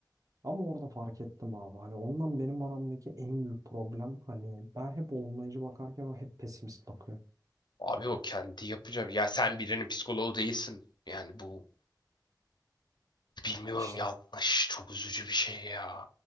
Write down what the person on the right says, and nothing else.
Ama orada fark ettim abi hani ondan benim aramdaki en büyük problem hani ben hep olumlayıcı bakarken o hep pesimist bakıyor.
İşte